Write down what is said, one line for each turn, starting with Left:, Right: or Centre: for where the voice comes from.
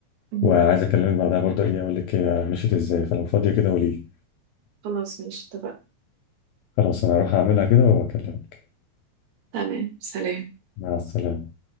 Right: مهم.
Left: وعايز اكلمك بعدها برضه ايه اقول لك هي مشيت ازاي فلو فاضيه كده قولي لي
Right: خلاص ماشي اتفقنا
Left: خلاص انا هروح اعملها كده واكلمك
Right: تمام سلام
Left: مع السلامه